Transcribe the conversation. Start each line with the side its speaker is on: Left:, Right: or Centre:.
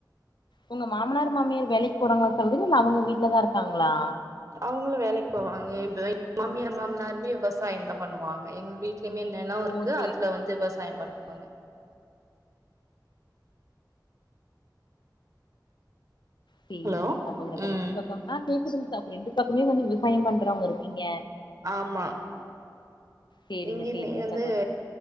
Left: உங்க மாமனார் மாமியார் வேலைக்கு போறாங்ளா சகோதரி இல்ல அவுங்க வீட்லதா இருக்காங்ளா
Right: அவுங்களு வேலைக்கு போவாங்க <inaudible> மாமியார் மாமனாருமே விவசாயந் தா பண்ணுவாங்க எங் வீட்லய்மே என்ன எல்லாவு
Left: ஓ
Right: இருக்கு
Left: சேரிங்க
Right: அதுல வந்து
Left: சேரிங்க
Right: விவசாயம்
Left: சகோதரி
Right: பண்ணுவாங்க
Left: சேரிங்க
Right: ஹலோ
Left: சகோதரி அப்ப
Right: ம்
Left: ரெண்டு பக்கம் ஆ கேக்குதுங்க சகோரி ரெண்டு பக்கமே வந்து விவசாயம் பண்றவங்க இருக்கீங்க
Right: ஆமா
Left: சேரிங்க
Right: இங்கேயுமே
Left: சேரிங்க
Right: வந்து
Left: சகோதரி